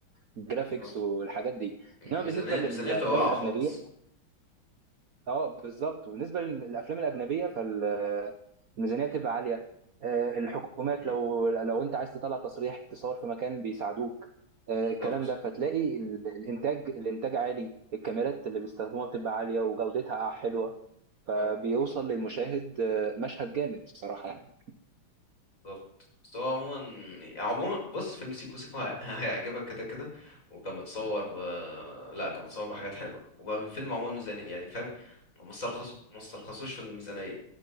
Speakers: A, on the right; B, on the left.
A: بالجرافيكس
B: بالظبط
A: والحاجات دي
B: الم-
A: انما
B: الميزانيه
A: بالنسبه
B: الميزانيه
A: للافلام
B: بتبقى واقعه
A: الاجنبيه
B: خالص
A: اه بالظبط وبالنسبه للافلام الاجنبيه فال الميزانيه بتبقى عاليه آه، الحكومات
B: مم،
A: لو لو انت عايز تطلع تصريح تصور في مكان بيساعدوك آه،
B: بالظبط
A: الكلام ده فتلاقي ال- الانتاج الانتاج عالي الكاميرات اللي بيستخدموها بتبقى عاليه وجودتها حلوه فبيوصل
B: اه
A: للمشاهد آه، مشهد جامد الصراحه يعني
B: بالظبط بس هو عموما يعني عموما بص فيلم سيكو سيكو هي- هيعجبك كده كده وكان متصور ب... لا كان متصور بحاجات حلوه وبقى الفيلم عموما ميزانيه يعني فاهم ما استرخص ما استرخصوش في الميزانيه